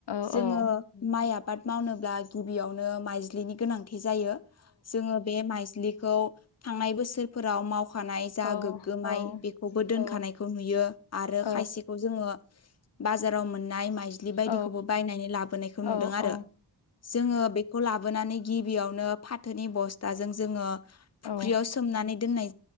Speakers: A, on the left (about 65°); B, on the left (about 35°).
A: औ
B: जोंङो माइ आबाद आबाद मावनोब्ला गिबियावनो माइज्लिनि गोनांथि जायो जो बे माइजिलि खौ थांनाय बोसोरफोराव माव होखानाय जा
A: औ
B: गोगो माय
A: औ
B: बेखौबो दोनखानायखौ
A: औ
B: नुयो आरो
A: औ
B: खायसेखौ जोंङो बाजाराव मोननाय मा माइजिलि बायदिखौबो
A: औ औ
B: नुदों आरो
A: औ
B: जोंयो नानै गिबियावनो फाथोनि बसथाजों जोंयो फख्रियाव
A: औ
B: सोमनानै